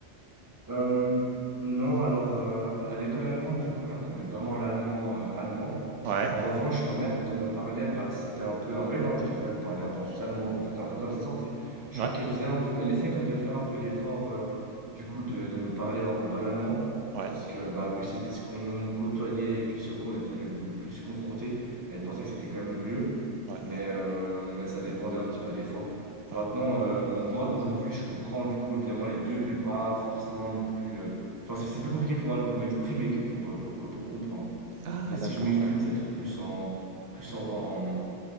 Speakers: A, on the right (about 15°); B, on the right (about 85°).
A: Euh, non, alors euh, à l'école allemande, du coup, on apprenait vraiment l'allemand euh, allemand.
B: Ouais,
A: En revanche, ma mère, quand elle me parlait, bah, c'était un peu un mélange. Des fois, elle me parlait un peu en suisse allemand, en fait, un peu comme ça sortait. Je
B: ouais,
A: crois qu'elle faisait un peu, elle essayait comme de faire un peu l'effort, euh, du coup, de, de nous parler en, en bon allemand,
B: ouais,
A: parce que bah, vu que c'était ce qu'on côtoyait et puis ce qu'on était le, le plus confronté, elle pensait que c'était quand même le mieux
B: ouais,
A: mais, euh, mais ça dépendait un petit peu des fois. Maintenant,
B: ouais.
A: euh, moi aujourd'hui, je comprends du coup évidemment les deux, mais pas forcément non plus. euh, Enfin, c'est c'est plus compliqué pour moi pour m'exprimer que pour, euh, pour, que pour comprendre.
B: Ah,
A: Mais si
B: d'accord,
A: je m'exprime,
B: ouais.
A: ça va être plus en, plus en, en,